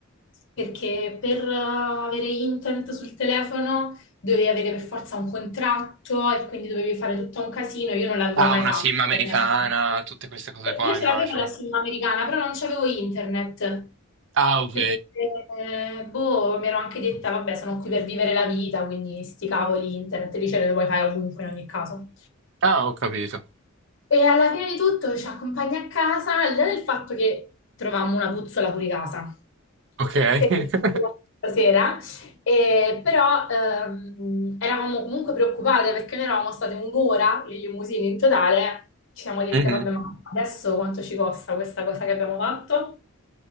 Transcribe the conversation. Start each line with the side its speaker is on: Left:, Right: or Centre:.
Left: perché per eh, avere internet sul telefono dovevi avere per forza un contratto e quindi dovevi fare tutto un casino. Io non l'avevo
Right: Ah,
Left: mai
Right: una
Left: fatto.
Right: sim americana,
Left: per esempio.
Right: tutte queste cose
Left: Eh,
Right: qua,
Left: Io ce
Right: immagino.
Left: l'avevo la SIM americana, però non c'avevo internet.
Right: Ah, ok.
Left: Perché, eh, boh, mi ero anche detta, vabbè, sono qui per vivere la vita, quindi sti cavoli internet, lì ce le puoi fare ovunque in ogni caso.
Right: Ah, ho capito.
Left: E alla fine di tutto ci accompagna a casa, al di là del fatto che trovammo una puzzola fuori casa
Right: Ok.
Left: che
Right: <laughs>
Left: stasera, eh, però ehm, eravamo comunque preoccupate perché noi eravamo state un'ora in limousine in totale, ci siamo dette,
Right: Mhm.
Left: vabbè, ma adesso quanto ci costa questa cosa che abbiamo fatto?